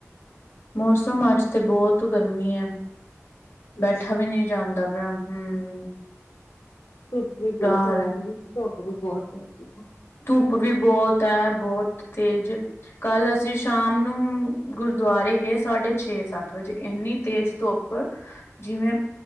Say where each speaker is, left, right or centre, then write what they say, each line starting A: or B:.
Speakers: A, on the left; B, on the left.
A: ਮੌਸਮ, ਅੱਜ ਤੇ ਬੋਤ ਗਰਮੀ ਐ। ਬੈਠਾ
B: ਅੱਛਾ
A: ਵੀ ਨੀਂ ਜਾਂਦਾ ਪਆ, ਹੂੰ।
B: ਧੁੱਪ ਵੀ ਬੋਤ
A: ਹਾਲ
B: ਹੋ ਜਾਂਦੀ,
A: ਹੈ
B: ਧੁੱਪ ਵੀ ਬੋਤ ਹੈਗੀ ਏ।
A: ਧੁੱਪ ਵੀ ਬੋਤ ਐ, ਬੋਤ ਤੇਜ਼। ਕੱਲ ਅਸੀਂ ਸ਼ਾਮ ਨੂੰ ਗੁਰਦੁਆਰੇ ਗਏ ਸਾਢੇ ਛੇ-ਸੱਤ ਵਜੇ, ਏਨੀ ਤੇਜ਼ ਧੁੱਪ, ਜਿਵੇਂ